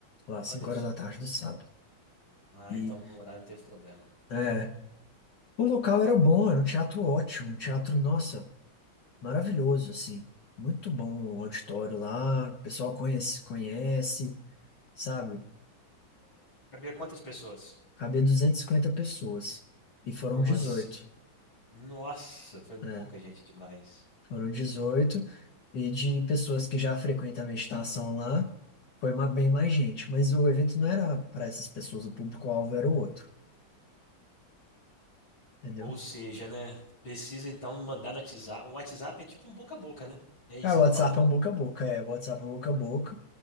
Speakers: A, on the left; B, on the left.
A: Lá,
B: olha
A: 5
B: só.
A: horas da tarde do sábado.
B: Ah,
A: E
B: então no horário não teve problema.
A: é, o local era bom, era um teatro ótimo, um teatro, nossa, maravilhoso, assim. Muito bom o auditório lá, o pessoal conhece, conhece, sabe?
B: Cabia quantas pessoas?
A: Cabia 250 pessoas e foram
B: Foi umas
A: dezoito
B: cinco. Nossa, foi
A: né?
B: pouca gente demais.
A: Foram 18 e de pessoas que já frequentam a meditação lá, foi ma- bem mais gente, mas o evento não era para essas pessoas, o público-alvo era o outro, entendeu?
B: Ou seja, né? Precisa então mandar no WhatsApp. O WhatsApp é tipo um boca a boca, né? É isso
A: Cara,
B: que você
A: o
B: tá
A: WhatsApp
B: falando.
A: é um boca a boca, é, o WhatsApp é um boca a boca,